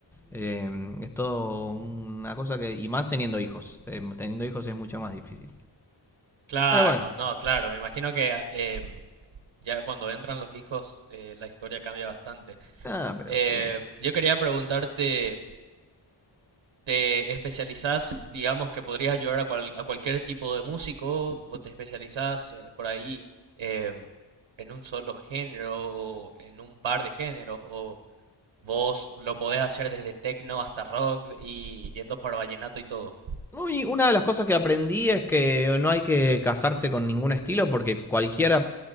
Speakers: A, in the centre; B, on the right.
A: eh, es todo una cosa que... Y más teniendo hijos. eh, teniendo hijos es mucho más difícil.
B: Claro,
A: Pero bueno,
B: no, no, claro, me imagino que a- em, ya cuando entran los hijos eh, la historia cambia bastante.
A: Ah, pero...
B: Eh,
A: eh,
B: yo quería preguntarte, ¿te especializás, digamos, que podrías ayudar a, cual- a cualquier tipo de músico o te especializás eh, por ahí em, en un solo género o en un par de géneros o vos lo podés hacer desde techno hasta rock y yendo para vallenato y todo?
A: Uy, una de las cosas que aprendí es que no hay que casarse con ningún estilo porque cualquiera,